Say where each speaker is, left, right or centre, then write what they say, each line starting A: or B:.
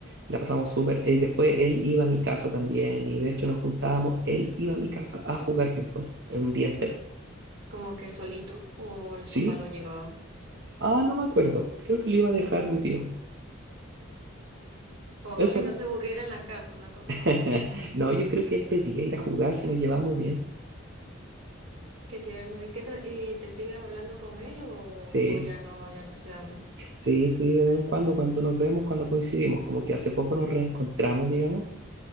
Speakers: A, on the right (about 55°); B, on the right (about 75°).
A: La pasamos súper. Y después él iba a mi casa también. Y de hecho nos juntábamos, él iba a mi casa a jugar ping-pong en un día entero.
B: como que solito o el
A: ¿Sí?
B: papá lo llevaba.
A: Ah, no me acuerdo. Creo que lo iba a dejar mi tío.
B: Como
A: Eso.
B: para que no se aburriera en la casa, una cosa
A: <laughs>
B: así.
A: No, yo creo que él pedía ir a jugar si nos llevamos bien.
B: Qué tierno. ¿Y qué ta- y te sigues hablando con él o,
A: Sí.
B: o ya no, ya no se hablan?
A: Sí, sí, de vez en cuando, cuando nos vemos, cuando coincidimos, como que hace poco nos reencontramos, digamos,